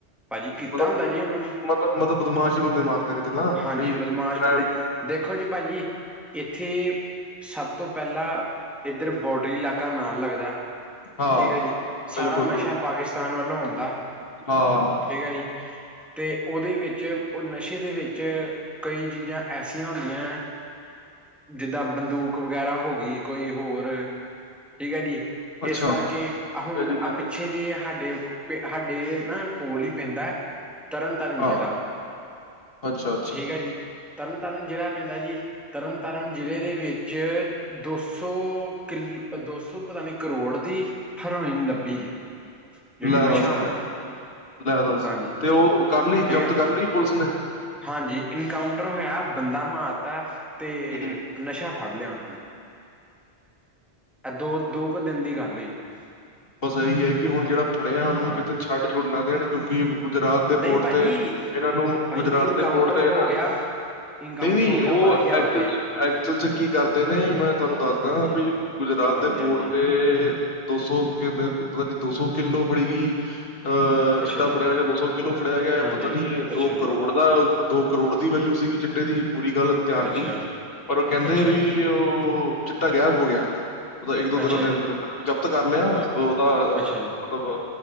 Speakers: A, in the centre; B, on the left.
A: ਭਾਜੀ ਕੀਤਾ
B: ਮਲਬ-ਮਲਬ,
A: ਹੁੰਦਾ ਜੀ ਉਹਨਾਂ ਨੇ
B: ਮਤਬ ਬਦਮਾਸ਼ ਈ ਬੰਦੇ ਮਾਰਤੇ ਨੇ ਜਿੱਦਾਂ,
A: ਹਾਂਜੀ
B: ਬਈ
A: ਬਦਮਾਸ਼
B: ਕ੍ਰੇਮ
A: ਬੰਦੇ ਦੇਖੋ ਜੀ ਭਾਜੀ। ਏਥੇ ਸਭ ਤੋਂ ਪੈਲਾਂ, ਏਧਰ ਬੋਡਰੀ ਲਾਕਾ ਨਾਲ ਲੱਗਦਾ
B: ਹਾਂ
A: ਠੀਕ ਐ ਜੀ, ਸਾਰਾ
B: ਬਿਲਕੁਲ
A: ਨਸ਼ਾ
B: ਬਿਲਕੁਲ
A: ਪਾਕਿਸਤਾਨ ਵੱਲੋਂ ਆਉਂਦਾ
B: ਹਾਂ।
A: ਠੀਕ ਆ ਜੀ ਤੇ ਓਦੇ ਵਿੱਚ, ਓ ਨਸ਼ੇ ਦੇ ਵਿੱਚ ਕਈ ਚੀਜ਼ਾਂ ਐਸੀਆਂ ਹੁੰਦੀਆਂ ਜਿੰਦਾਂ ਬੰਦੂਕ ਵਗੈਰਾ ਹੋਗੀ, ਕੋਈ ਹੋਰ, ਠੀਕ ਐ ਜੀ।
B: ਅੱਛਾ
A: ਏਸ ਕਰਕੇ, ਆ ਹੁਣ
B: ਇਹ ਚੀਜ਼ਾਂ
A: ਪਿੱਛੇ ਜੇ ਹਾਡੇ ਹਾਡੇ ਨਾ ਕੋਲ੍ਹ ਈ ਪੈਂਦਾ ਤਰਨ ਤਾਰਨ
B: ਹਾਂ
A: ਜ਼ਿਲ੍ਹਾ,
B: ਅੱਛਾ ਅੱਛਾ
A: ਠੀਕ ਐ ਜੀ। ਤਰਨ ਤਾਰਨ ਜ਼ਿਲ੍ਹਾ ਪੈਂਦਾ ਜੀ ਤਰਨ ਤਾਰਨ ਜ਼ਿਲ੍ਹੇ ਦੇ ਵਿੱਚ ਦੋ ਸੋ ਕਿਲ, ਦੋ ਸੋ ਪਤਾ ਨੀ ਕਰੋੜ ਦੀ ਹਰੋਇਨ ਲੱਭੀ ਜੇ। ਜਿਹੜੀ
B: ਲੈ
A: ਨਸ਼ਾ
B: ਦੱਸ
A: ਹੁੰਦਾ
B: ਲਿਆ,
A: ਜੀ
B: ਲੈ ਦੱਸ
A: ਹਾਂਜੀ
B: ਤੇ ਓ ਕਰ ਲਈ ਜਬਤ
A: ਠੀਕ ਹੈ
B: ਕਰ ਲਈ ਪੁਲਿਸ ਨੇ?
A: ਹਾਂਜੀ ਇਨਕਾਊਂਟਰ ਹੋਇਆ, ਬੰਦਾ ਮਾਰਤਾ ਤੇ
B: ਹੂੰ
A: ਨਸ਼ਾ ਫੜ ਲਿਆ ਓਨਾਂ ਨੇ। ਐ ਦੋ-ਦੋ ਕੁ ਦਿਨ ਦੀ ਗੱਲ ਓਈ।
B: ਬਸ ਏਹੀ ਐ ਕਿ ਹੁਣ ਜੇੜਾ ਫੜਿਆ ਨੂੰ
A: ਹਾਂਜੀ
B: ਕਿਤੇ ਛੱਡ-ਛੁਡ ਨਾ ਦੇਣ, ਕਿਉਂਕਿ ਗੁਜਰਾਤ ਦੇ
A: ਨਹੀਂ
B: ਪੋਟ
A: ਭਾਜੀ
B: ਤੇ ਏਨਾਂ ਨੂੰ
A: ਭਾਜੀ
B: ਗੁਜਰਾਟ
A: ਇਨਕਾਊਂਟਰ
B: ਦੇ ਪੋਟ ਤੇ ਨਾ
A: ਹੋ ਗਿਆ ਇਨਕਾਊਂਟਰ
B: ਨਈ ਵੀ
A: ਹੋ ਗਿਆ
B: ਓ
A: ਮਰ ਗਿਆ
B: ਐਕਚੁਲ
A: ਉਹ ਤੇ
B: ਚ, ਐਕਚੁਅਲ ਚ ਕੀ ਕਰਦੇ ਨੇ, ਮੈਂ ਤੁਆਨੂੰ ਦੱਸਦਾ
A: ਹਾਂਜੀ
B: ਵੀ- ਗੁਜਰਾਤ
A: ਹਾਂਜੀ
B: ਦੇ ਪੋਰਟ
A: ਹਾਂਜੀ
B: ਤੇ ਦੋ ਸੌ ਕੈਂਦੇ ਪਤਾ ਨੀ ਦੋ ਸੌ ਕਿੱਲੋ ਫੜੀ ਗਈ। ਆਅ
A: ਅੱਛਾ
B: ਚਿੱਟਾ
A: ਜੀ
B: ਫੜਿਆ ਗਿਆ ਦੋ ਸੌ ਕਿਲੋ ਫੜਿਆ ਗਿਆ।
A: ਹਾਂਜੀ
B: ਪਤਾ ਨੀ
A: ਅੱਛਾ
B: ਦੋ
A: ਜੀ
B: ਕਰੋੜ ਦਾ, ਦੋ ਕਰੋੜ ਦੀ ਵੈਲਿਊ ਸੀਗੀ। ਚਿੱਟਾ ਚਿੱਟੇ ਦੀ ਪੂਰੀ ਗੱਲ ਧਿਆਨ
A: ਅੱਛਾ
B: ਨੀ।
A: ਜੀ
B: ਪਰ ਓ ਕੈਂਦੇ
A: ਅੱਛਾ
B: ਵੀ
A: ਜੀ
B: ਓ- ਚਿੱਟਾ ਗੈਬ ਹੋ ਗਿਆ। ਓ ਦਾ ਇੱਕ ਦੋ
A: ਅੱਛਾ
B: ਦਿਨਾਂ ਦੇ
A: ਜੀ
B: ਅੰਦਰ -ਅੰਦਰ। ਜਬਤ ਕਰ ਲਿਆ।
A: ਹਾਂ
B: ਓਦਾ
A: ਅੱਛਾ ਜੀ
B: ਮਤਬ